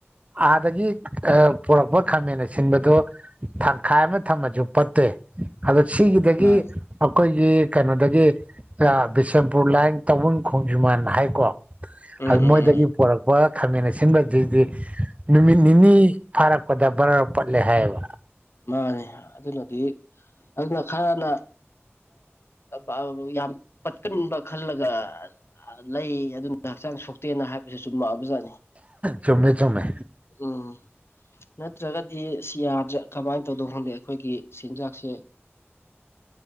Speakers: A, on the right; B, on the left.
A: ꯑꯥꯗꯒꯤ ꯄꯣꯔꯛꯄ ꯈꯥꯃꯟꯅ ꯑꯁꯤꯟꯕꯗꯨ ꯊꯪꯈꯥꯏ ꯑꯃ ꯊꯝꯃꯁꯨ ꯄꯠꯇꯦ ꯑꯗꯨ ꯁꯤꯒꯤꯗꯒꯤ
B: ꯃꯥꯅꯤ
A: ꯑꯩꯈꯣꯏꯒꯤ ꯀꯩꯅꯣꯗꯒꯤ ꯕꯤꯁꯦꯝꯄꯨꯔ ꯂꯥꯏꯌꯦꯡ ꯇꯥꯧꯕꯟ ꯈꯣꯡꯖꯨꯃꯥꯟ ꯍꯥꯏꯀꯣ
B: ꯎꯝ
A: ꯑꯗꯨ
B: ꯎꯝ
A: ꯃꯣꯏꯗꯒꯤ
B: ꯎꯝ
A: ꯄꯣꯔꯛꯄ ꯈꯥꯃꯦꯟ ꯑꯁꯤꯟꯕꯕꯁꯤꯗꯤ ꯅꯨꯃꯤꯠ ꯅꯤꯅꯤ ꯐꯥꯔꯛꯄꯗ ꯕꯔꯔ ꯄꯠꯂꯦ ꯍꯥꯏꯌꯦꯕ
B: ꯃꯥꯅꯦ ꯑꯗꯨꯅꯗꯤ ꯑꯗꯨꯅ ꯈꯔꯅ ꯑꯣ ꯌꯥꯝ ꯄꯠꯀꯟꯕ ꯈꯜꯂꯒ ꯂꯩ ꯑꯗꯨꯅ ꯍꯛꯆꯥꯡ ꯁꯣꯛꯇꯦꯅ ꯍꯥꯏꯕꯕꯁꯤ ꯆꯨꯝꯃꯛꯑ ꯖ
A: ꯆꯨꯝꯃꯦ ꯆꯨꯝꯃꯦ
B: ꯎꯝ ꯅꯠꯇ꯭ꯔꯒꯗꯤ ꯁꯤ ꯌꯥꯗ꯭ꯔꯦ ꯀꯃꯥꯏꯅ ꯇꯧꯗꯧ ꯈꯣꯗꯦ ꯑꯩꯈꯣꯏꯒꯤ ꯆꯤꯟꯖꯥꯛꯁꯦ